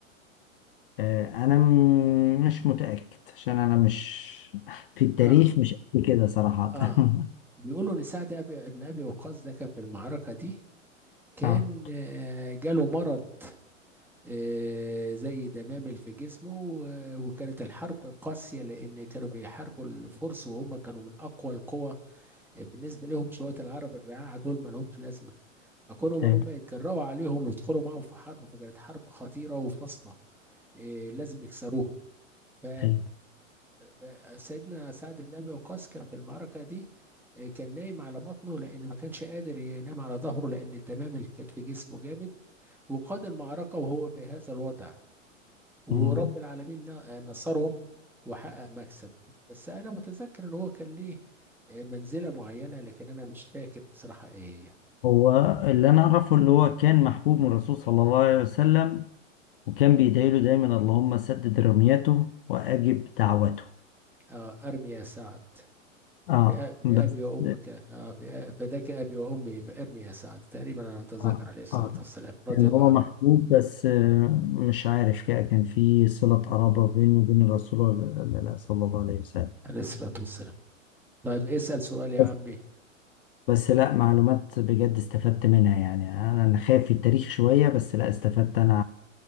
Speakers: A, on the left; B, in the centre.
A: آه. أنا م- مش متأكد عشان أنا مش <laughs> في التاريخ
B: اه
A: مش قد كده صراحة
B: اه
A: <laughs>
B: بيقولوا ان سعد أبي ابن ابي وقاص ده كان في المعركه دي كان
A: اه
B: آه، جاله مرض آه، زي دمامل في جسمه و- وكانت الحرب قاسيه لان كانوا بيحاربوا الفرس وهم كانوا من اقوى القوى بالنسبه لهم شويه العرب الرعاع دول ما لهمش لازمه فكانوا
A: ايوه
B: ان هم يتجرأوا عليهم ويدخلوا معاهم في حرب فكانت حرب خطيره وفاصله إيه، لازم يكسروهم ف
A: ايوه
B: ب- سيدنا سعد بن ابي وقاص كان في المعركه دي إيه، كان نايم على بطنه لان ما كانش قادر ينام على ظهره لان الدمام اللي كانت في جسمه جامد وقاد المعركه وهو بهذا الوضع ورب
A: ايوه
B: العالمين ن- آه، نصرهم وحقق مكسب بس انا متذكر ان هو كان ليه إيه، منزله معينه لكن انا مش فاكر بصراحه ايه هي
A: هو اللي انا اعرفه اللي هو كان محبوب من الرسول صلى الله عليه وسلم وكان بيدعي له دايما اللهم سدد رميته واجب دعوته
B: آه، ارمي يا سعد
A: اه
B: بأ- بأبي
A: بس
B: وأمك آه بأ- فداك أبي وأمي فارمي يا سعد تقريبا أنا أتذكر
A: اه
B: عليه الصلاة
A: اه
B: والسلام رضي
A: كان
B: الله
A: هو
B: عنه
A: محبوب بس آه، مش عارف كده كان في صلة قرابة بينه وبين الرسول ولا ولا لا صلى الله عليه وسلم
B: عليه الصلاة والسلام طيب اسأل سؤال يا
A: بس
B: عمي
A: بس لا معلومات بجد استفدت منها يعني انا اللي خايف في التاريخ شوية بس لا استفدت انا